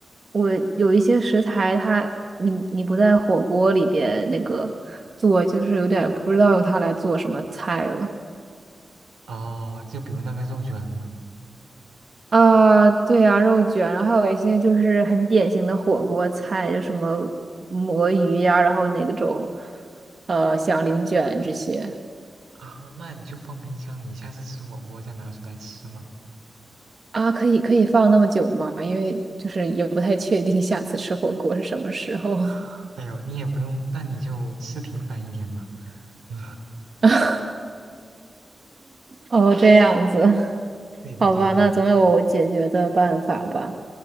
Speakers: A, on the right; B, on the right.
A: 我有一些食材它，你你不在火锅里边那个做，就是有点儿不知道用它来做什么菜了。
B: 哦，就比如那个肉卷嘛。
A: 啊、对啊，肉卷，然后还有一些就是很典型的火锅菜，就什么魔芋呀、然后那种呃响铃卷这些
B: 啊，那你就放冰箱，你下次吃火锅再拿出来吃嘛。
A: 啊，可以可以放那么久吗？因为就是也不太确定下次吃火锅是什么时候。
B: <gasps> 哎呦，你也不用，那你就吃频繁一点嘛。<laughs> 嗯，
A: <laughs> 哦，这样子，
B: 嗯对的，
A: 好吧，
B: 对的，
A: 那总有解决的办法吧。